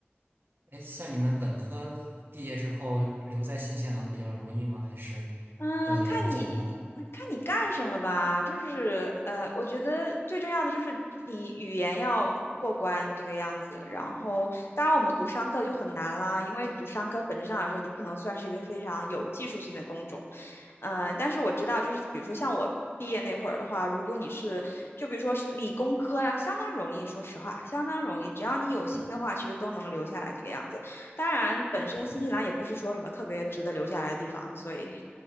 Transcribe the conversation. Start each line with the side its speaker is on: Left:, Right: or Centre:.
Right: 哎，像你们本科毕业之后留在新西兰比较容易吗？还是
Left: 嗯，
Right: 呃也比较难？
Left: 看你嗯看你干什么吧，就是呃，我觉得最重要的就是你语言要过关这个样子。然后，当然我们读商科就很难啦，因为读商科本质上来说，你不能算是一个非常有技术性的工种。嗯、但是我知道，就是比如说像我毕业那会儿的话，如果你是就比如说是理工科啊，相当容易，说实话，相当容易，只要你有心的话，其实都能留下来这个样子。当然，本身新西兰也不是说什么特别值得留下来的地方，所以